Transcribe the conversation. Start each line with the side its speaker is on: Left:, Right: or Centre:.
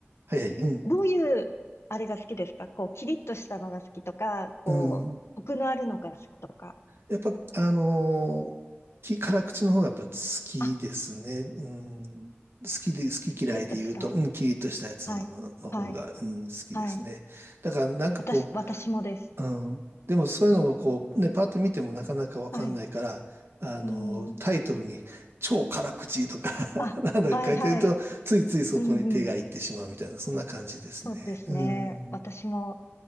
Right: はいはい、うん。
Left: どういう、あれが好きですかこう、キリッとしたのが好きとか、こう、
Right: うん
Left: コクのあるのが好きとか。
Right: やっぱ、あのーき辛口の方がやっぱ好きですね。
Left: あ、
Right: うん、好きで、好き嫌いで言うと、
Left: キリッとした。
Right: うん、キリッとしたやつの方が、
Left: はい。はい。
Right: うん、好きですね。
Left: はい。
Right: だからなんかこ
Left: 私、私もです。
Right: う、うん、でもそういうのをこう、ね、パッと見てもなかなかわかんないから、
Left: はい。
Right: あのータイトルに超辛口とか
Left: うん。あ、
Right: <laughs> なんだか書いてると、
Left: はいはい。
Right: ついついそこに手がいってしまうみたいな、
Left: うんうん。
Right: そんな感じですね。
Left: そうですね。
Right: うん、
Left: 私も